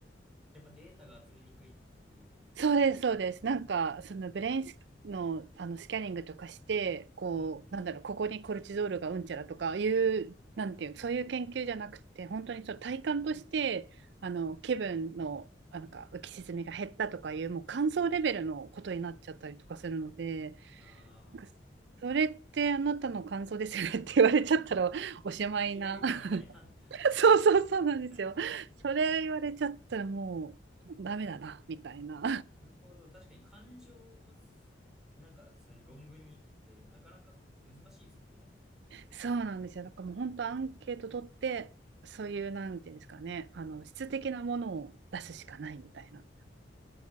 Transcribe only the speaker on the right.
そうです、そうです。なんか、そのブレインスの、あのスキャニングとかして、こう、
なんだろう、ここにコルチゾールがうんちゃらとかいう、なんていう、そういう研究じゃなくて、本当にそう体感として、あの気分の、あなんか浮き沈みが減ったとかいう、もう感想レベルのことになっちゃったりとかするので、
なんか、それってあなたの感想ですよねって言われちゃったらおしまいな。
<laughs> そうそうそうなんですよ。
それ言われちゃったらもうダメだな、みたいな。
そうなんですよ。なんかもう本当アンケート取って、そういう、なんていうんですかね、あの、質的なものを出すしかないみたいな